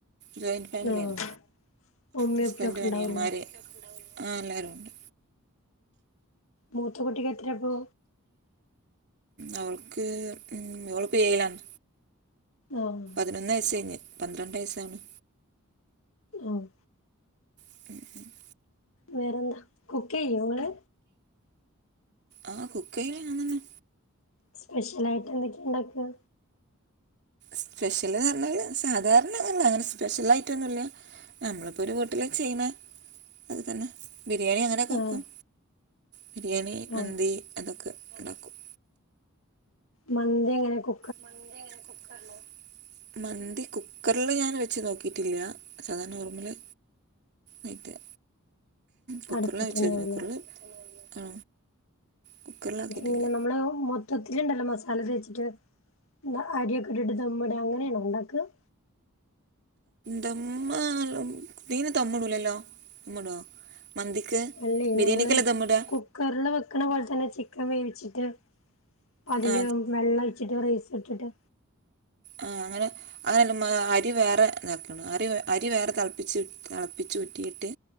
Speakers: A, on the right; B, on the left.
A: ജോയിന്റ് ഫാമില്യണ്.
B: ആഹ് ഉമ്മയും
A: ഹസ്ബന്റ്
B: ഉപ്പയും ഒക്കെ
A: അനിയമ്മാര്,
B: ഉണ്ടാവൂല്ലേ
A: ആഹ് എല്ലാരൂണ്ട്.
B: മൂത്തകുട്ടിക്കെത്രെയപ്പൊ?
A: അവൾക്ക് അവള്പ്പോ ഏഴിലാണ്.
B: ആഹ്
A: പതിനൊന്ന് വയസ്സ് കഴിഞ് പന്ത്രണ്ട് വയസ്സാവ്ണ്
B: ആഹ്
A: <inaudible>
B: വേറെന്താ കുക്കിയ്യോ ങ്ങള്.
A: ആ കുക്കിയല് ഞാൻ തന്നെ.
B: സ്പെഷ്യൽ ആയിട്ട് എന്തൊക്കെണ്ടാക്ക.
A: സ്പെഷ്യല് നറഞ്ഞാല് സാധാരണതന്നെ അങ്ങനെ സ്പെഷ്യൽ ആയിട്ടൊന്നുല്ല. നമ്മളിപ്പോ ഒരു വീട്ടില് ചെയ്ണ അത് തന്നെ ബിരിയാണി അങ്ങനെക്കെ വെക്കും.
B: ആഹ്
A: ബിരിയാണി മന്തി
B: ആഹ്
A: അതൊക്കെ ഉണ്ടാക്കും.
B: മന്തി എങ്ങനെ കു.
A: മന്തി എങ്ങനെ കുക്കറിലോ മന്തി കുക്കറില് ഞാൻ വെച്ച് നോക്കിട്ടില്ല. സാധാ നോർമല് ആയിട്ട്. കുക്കറില്
B: അടുപ്പത്തന്നെയാവുല്ലേ
A: വെച്ചോക്കി കുക്കറില് ആ. കുക്കറിലാക്കിയിട്ടില്ല
B: എങ്ങനെ നമ്മള് മൊത്തത്തില്ണ്ടല്ലോ മസാല തേച്ചിട്ട്. ങ്ങള് ആര്യൊക്കെ ഇട്ടിട്ട് ദമ്മ്ട് അങ്ങനെയാണോ ഉണ്ടാക്ക.
A: ദമ്മ് ധിന്ന് ദമ്ടൂല്ലല്ലോ ദമ്ടോ. മന്തിക്ക്.
B: അല്ലേ നമ്മള്
A: ദമ്മിടുക
B: കുക്കറില് വെക്ക്ണ പോലെ തന്നെ ചിക്കൻ വേവിച്ചിട്ട്. അതില്
A: ആ
B: വെള്ളാഴിച്ചിട്ട് റൈസ്ട്ടിട്ട്.
A: ആഹ് അങ്ങനെ. അങ്ങനെല്ലുമ്മ അരി വേറെ അരി വേറെ തളപ്പിച്ച് തളപ്പിച്ച് ഊറ്റിയിട്ട്.